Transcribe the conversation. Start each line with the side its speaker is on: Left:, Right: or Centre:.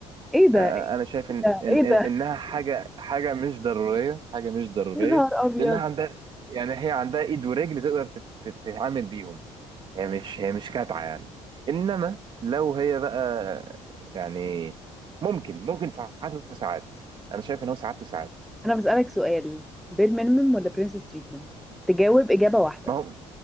Centre: ايه ده
Right: آه،
Centre: ايه
Right: انا شايف ان
Centre: ده
Right: إن-
Centre: ايه
Right: إن-
Centre: ده
Right: انها
Centre: <laughs>
Right: حاجه حاجه مش ضروريه حاجه مش ضروريه
Centre: يا نهار ابيض
Right: لانها عندها يعني هي عندها ايد ورجل تقدر تت- تت- تتعامل بيهم هي مش هي مش كاتعه يعني انما لو هي بقى يعني ممكن ممكن ساعات وساعات انا شايف ان هو ساعات وساعات
Centre: انا بسألك سؤال بير مينيمم ولا برنسس تريتمنت تجاوب إجابة واحدة
Right: ما هو